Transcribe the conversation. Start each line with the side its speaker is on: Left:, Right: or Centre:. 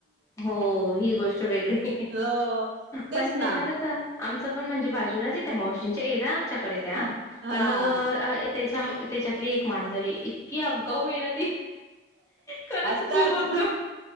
Left: हो, ही गोष्ट वेगळी,
Right: हो तेच
Left: पण
Right: ना
Left: त्यांना कसं आमचं पण म्हणजे बाजूलाच ये, त्या मावशींच्या एरा आमच्या कडे त्या
Right: ह हा
Left: पण मग अ ये त्याच्याम त्याच्यातली एक मांजर ये, इतकी आगाऊ ये ना ती खरंच
Right: असतात
Left: खूप आगाऊ